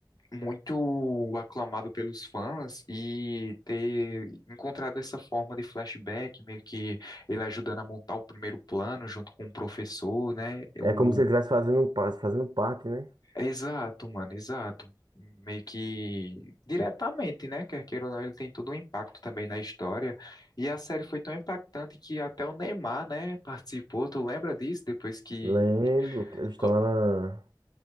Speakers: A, on the left; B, on the right.
A: muito aclamado pelos fãs e ter encontrado essa forma de flashback, meio que ele ajudando a montar o primeiro plano junto com o professor, né?
B: É
A: O
B: como se ele estivesse fazendo, um pa- fazendo parte, né?
A: Exato, mano, exato. Meio que diretamente, né? Quer queira ou não, ele tem todo um impacto também na história. E a série foi tão impactante que até o Neymar, né, participou. Tu lembra disso? Depois que.
B: Lembro que eles estão
A: Co-
B: lá na-